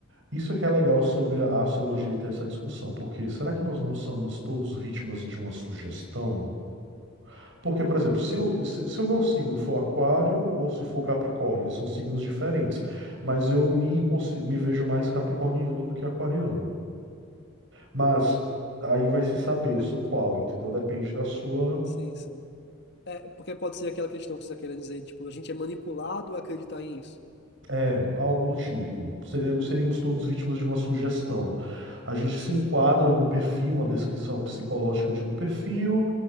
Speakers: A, on the right (about 65°); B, on the left (about 60°).
A: Isso é que é legal sobre a astrologia e ter essa discussão, porque será que nós não somos todos vítimas de uma sugestão? Porque, por exemplo, se o, se, se o meu signo for Aquário ou se for Capricórnio, eles são signos diferentes, mas eu me, consi- me vejo mais capricorniano do que aquariano. Mas aí vai se saber,
B: É,
A: eu sou qual, entendeu? Depende da sua,
B: sim, sim. É, porque pode ser aquela questão que você está querendo dizer, tipo, a gente é manipulado a acreditar em isso.
A: é, algo do tipo. Seremos, seríamos todos vítimas de uma sugestão. A gente se
B: Sim,
A: enquadra num perfil, uma descrição psicológica de um perfil,